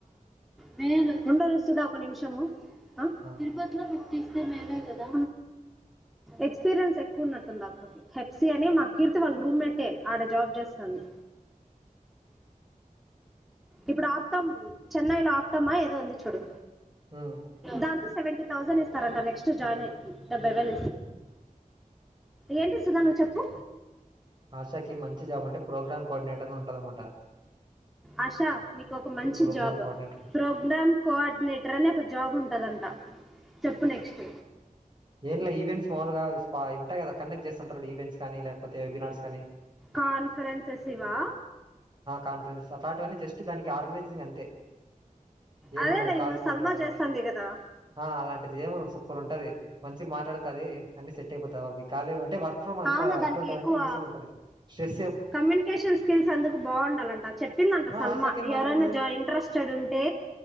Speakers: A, in the centre; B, on the right (about 30°).
A: మే రెండోరుస్తుందా ఒక నిమిషము అ
B: ఆ
A: తిరుపతిలో తీస్త మేలే కదా ఎక్స్పీరియన్స్ ఎక్కువ ఉన్నట్టుంది, అక్కకి హెప్సీ అని మా కీర్తి వాళ్ళ రూమ్మేటే ఆడ జాబ్ చేస్తాంది. ఇప్పుడు ఆత్తం చెన్నైలో ఆటామా ఏదో ఉంది చూడు
B: ఉమ్
A: దాంతో సెవంటీ థౌజండ్ ఇస్తారంట నెక్స్ట్ జాయిన్ అయి డబ్బై వేల్‌ ఏంటి సుధా నువ్వు చెప్పు
B: ఆశాకి మంచి జాబ్ అంటే ప్రోగ్రామ్ కోఆర్డినేటర్ ఉంటుందన్నమాట
A: ఆశా నీకు ఒక మంచి
B: programme
A: job
B: coordinator
A: programme coordinator అనే ఒక జాబ్ ఉంటదంట చెప్పు నెక్స్ట్
B: ఏంలే ఈవెంట్స్ మాములుగా స్పా ఉంటాయి కద కండక్ట్ చేస్తుంటారు. ఈవెంట్స్ కానీ వెబినార్స్ కానీ
A: కాన్ఫరెన్సెస్ ఇవా
B: కాన్ఫరెన్స్ అట్లాంటివన్నీ జస్ట్ దానికి ఆర్గనైజింగ్ అంతే ఏమిండదు.
A: అదేలే
B: కాల్స్
A: ఈమె సల్మా
B: మాట్లాడడం
A: చేస్తుంది
B: కానీ
A: కదా
B: ఆ అలాంటిది ఏమ్ సూపర్ ఉంటది. మంచి మాట్లాడుతది. అన్ని సేట్ తెపోతావు అవి కాలేవ్ అంటే వర్క్ ఫ్రమ్ అంత
A: అవును దానికి
B: ఎట్లాంటుదంటే
A: ఎక్కువ
B: ఈజీగా ఉంటది. షెస్
A: కమ్యూనికేషన్ స్కిల్స్ అందుకు బాగుండాలంట చెప్పిందంట
B: ఆ
A: సల్మా
B: ఆశాకి ఏం మాట్లాడుతది
A: ఎవరైనా జా ఇంట్రెస్టెడ్ ఉంటే